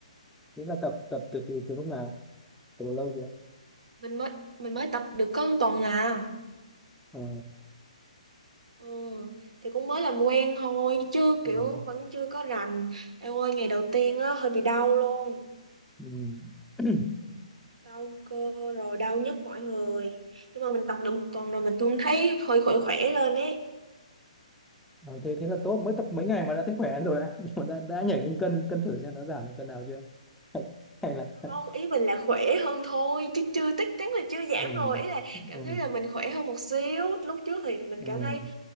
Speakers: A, in the centre; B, on the right (about 70°).
A: Thế là tập tập từ từ, từ lúc nào? từ lâu chưa?
B: Mình mới mình mới tập được có một tuần à.
A: À,
B: Ừ, thì cũng mới làm quen thôi chứ kiểu
A: ừ,
B: vẫn chưa có rành. Em ơi, ngày đầu tiên á hơi bị đau luôn.
A: ừ. <clears throat>
B: đau cơ rồi đau nhức mọi người nhưng mà mình tập được một tuần rồi mình cũng thấy hơi khỏe khỏe lên ấy
A: À, thế thế là tốt mới tập mấy ngày mà đã thấy khỏe rồi á <laughs> Nhưng mà đã, đã nhảy lên cân cân thử xem nó giảm được cân nào chưa <laughs> hay, hay là <laughs>
B: không ý mình là khỏe hơn thôi chứ chưa chắc chắn là chưa giảm
A: ừ,
B: rồi ý là cảm
A: ừ,
B: thấy là mình khỏe hơn một xíu lúc trước thì mình
A: ừ,
B: cảm thấy